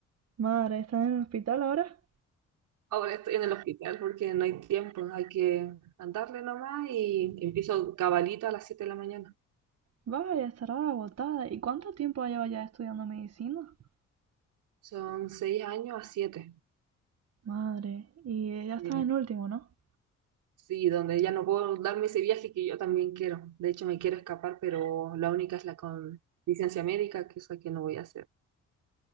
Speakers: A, on the right (about 55°); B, on the right (about 85°).
A: Madre, ¿estás en el hospital ahora?
B: ahora estoy en el hospital porque no hay tiempo, hay que andarle nomás y empiezo cabalito a las 7 de la mañana.
A: Vaya, estará agotada. ¿Y cuánto tiempo lleva ya estudiando medicina?
B: Son seis años a 7.
A: Madre, y ya
B: Eh,
A: estás en último, ¿no?
B: sí, donde ya no puedo darme ese viaje que yo también quiero. De hecho, me quiero escapar, pero la única es la con licencia médica, que es la que no voy a hacer.